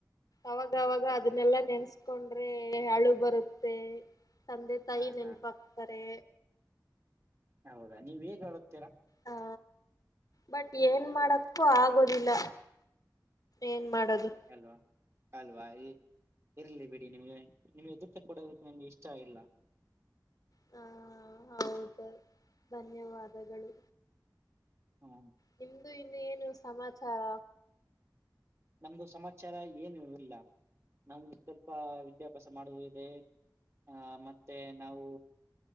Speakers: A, on the left; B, on the right.
A: ಅವಾಗ ಅವಾಗ
B: ಹೌದು
A: ಅದನ್ನೆಲ್ಲಾ ನೆನ್ಸ್ ಕಕೊಂಡ್ರೆ ಹಳು ಬರುತ್ತೆ ತಂದೆ ತಾಯಿ
B: ಹಾ
A: ನೆನಪಾಗಕ್ತಾರೆ
B: ಹಾ ಹೌದಾ ನೀವ್ ಹೇಗ್ ಹೇಳುತ್ತೀರಾ
A: ಹಾ ಬಟ್ ಏನ್ ಮಾಡಕ್ಕು ಆಗೋದಿಲ್ಲ ಏನ್ ಮಾಡೋದು
B: ಅಲ್ವಾ ಅಲ್ವಾ್ತ ಇರ್ಲಿ ಬಿಡಿ ನಿಮ್ಗೆ ನಿಮ್ಗೆ ಎದುುತ್ತ ಕೊಡೋದಕ್ಕೆ ನಂ್ಗೆ ಇಷ್ಟ ಆ ಇಲ್ಲ
A: ಹ ಹೌದು ಧನ್ಯವಾದಗಳು
B: ಹ್ಮ
A: ನಿಮ್ದು ಇನ್ನು ಏನು ಸಮಾಚಾರ
B: ನಮ್ದು ಸಮಾಚಾರ ಏನು ಇಲ್ಲ ನಮಗೆ ಸ್ವಲ್ಪ ವಿದ್ಯಾಭ್ಯಾಸ ಮಾಡುವಿದೆ ಆಹ ಮತ್ತೆ ನಾವು